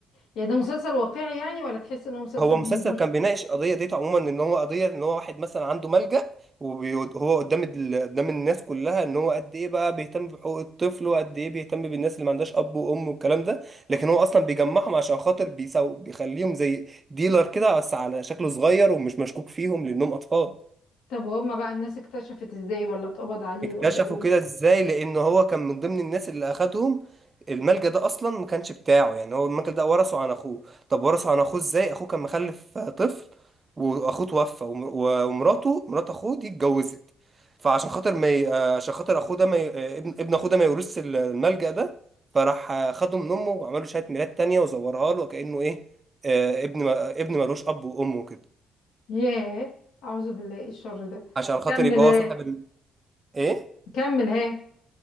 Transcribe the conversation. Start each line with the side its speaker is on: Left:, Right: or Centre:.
Left: يعني ده مسلسل واقعي يعني ولا تحس ان هو مسلسل
Right: هو مسلسل
Left: هندي
Right: كان بيناقش القضيه ديت عموما ان هو قضيه ان هو واحد مثلا عنده ملجأ وهو قدام ال- قدام الناس كلها ان هو قد ايه بقى بيهتم بحقوق الطفل وقد ايه بيهتم بالناس اللي ما عندهاش اب وام والكلام ده لكن هو اصلا بيجمعهم عشان خاطر بيسو بيخليهم زي ديلر كده بس على شكله صغير ومش مشكوك فيهم لانهم اطفال
Left: طب وهم بقى الناس اكتشفت ازاي ولا اتقبض عليه
Right: اكتشفوا
Left: ولا ايه
Right: كده ازاي لان هو كان من ضمن الناس اللي اخدهم الملجأ ده اصلا ما كانش بتاعه يعني هو الملجأ ده ورثه عن اخوه طب ورثه عن اخوه ازاي اخوه كان مخلف طفل واخوه توفى وم- ومراته مرات اخوه دي اتجوزت فعشان خاطر ما ي... عشان خاطر اخوه ده ما ي... ابن ابن اخوه ده ما يورثش ال- الملجأ ده فراح خده من امه وعملوا شهادة ميلاد تانية وزورها له كأنه ايه آه، ابن ما... ابن ملوش اب وام وكده
Left: ياه اعوذ بالله ايه الشر ده
Right: عشان خاطر
Left: كمل
Right: يبقى
Left: ايه
Right: هو صاحب ال- ايه
Left: كمل ايه